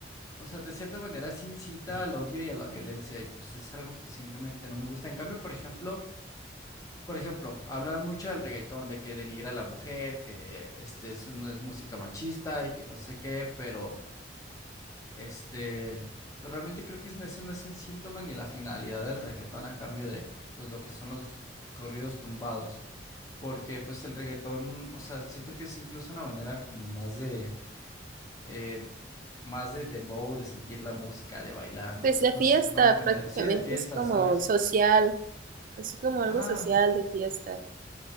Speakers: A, on the left; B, on the right.
A: o sea, de cierta manera se incita al odio y a la violencia y pues es algo que simplemente no me gusta. En cambio, por ejemplo, por ejemplo, hablan mucho del reggaetón, de que denigra a la mujer, que este, eso no es música machista y que no sé qué, pero... Este, pero realmente creo que es- ese no es el síntoma ni la finalidad del reggaetón a cambio de, pues, lo que son los corridos tumbados. Porque, pues, el reggaetón, o sea, siento que es incluso una manera como más de, eh, más de dembow, de sentir la música, de bailar, no
B: pues
A: sé,
B: la
A: no
B: fiesta
A: sé si me voy a entender.
B: prácticamente
A: Sí, de fiesta,
B: es como
A: ¿sabes?
B: social, es como
A: Ajá,
B: algo social de fiesta.